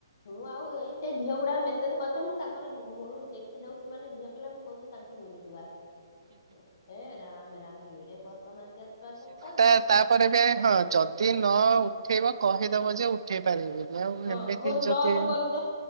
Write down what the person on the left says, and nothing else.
ମୁଁ ଆଉ ଏଇ ସେ ଝିଅ ଗୁଡାକ ମେସେଜ୍ କରୁଚନ୍ତି ମୁଁ ତାଙ୍କର ଯ-ମୂଳରୁ ଦେଖି ଦୋଉଚି ମାନେ ଝିଅପିଲା ମୁଁ କୋହୁଚି ତାଙ୍କୁ ଦୂରୁ ଜୁହାର। ହେ ରାମେ ରା ଏଡ଼େ ବଦ୍ ବଦମାସିଆ ସବୁ। କାହିଁକି
ହଁ
ମୋର
ଲସ୍ କରୁଛ